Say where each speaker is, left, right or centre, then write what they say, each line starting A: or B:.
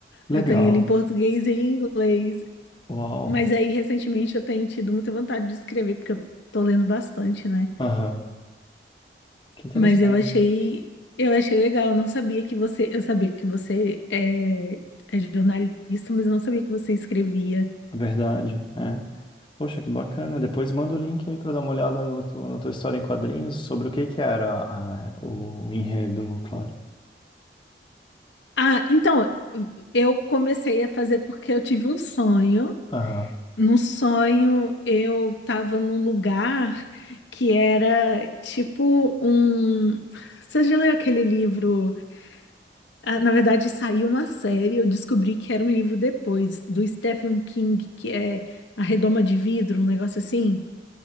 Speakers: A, on the left; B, on the left.
A: legal,
B: Eu tenho ele em português e em inglês.
A: uau,
B: Mas aí, recentemente, eu tenho tido muita vontade de escrever, porque eu tô lendo bastante, né?
A: aham, que interessante,
B: Mas eu achei, eu achei legal, eu não sabia que você, eu sabia que você é, é jornalista, mas eu não sabia que você escrevia.
A: verdade, é. Poxa, que bacana. Depois manda o link aí para dar uma olhada no tu- na tua história em quadrinhos sobre o que que era a- o enredo, claro.
B: Ah, então, eu comecei a fazer porque eu tive um sonho.
A: Aham.
B: No sonho, eu tava num lugar que era tipo um... Você já leu aquele livro? Ah, Na verdade, saiu uma série, eu descobri que era um livro depois, do Stephen King, que é A Redoma de Vidro, um negócio assim.